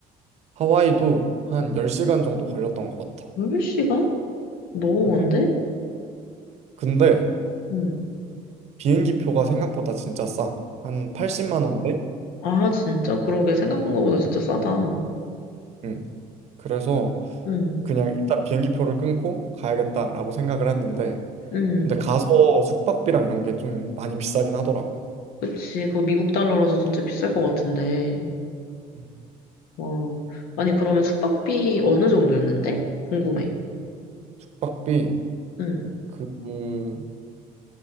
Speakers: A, on the right; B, on the left.
A: 하와이도 한 10시간 정도 걸렸던 것 같아.
B: 10시간? 너무 먼데?
A: 응. 근데
B: 응.
A: 비행기 표가 생각보다 진짜 싸. 한 80만 원대?
B: 아, 진짜? 그러게. 생각한 것보다 진짜 싸다.
A: 응. 그래서
B: 응.
A: 그냥 일단 비행기 표를 끊고 가야겠다라고 생각을 했는데
B: 응.
A: 근데 가서 숙박비랑 이런 게 좀 많이 비싸긴 하더라고.
B: 그치. 그거 미국 달러라서 진짜 비쌀 것 같은데.
A: 음.
B: 와. 아니, 그러면 숙박비 어느 정도였는데? 궁금해.
A: 숙박비
B: 응.
A: 그 그,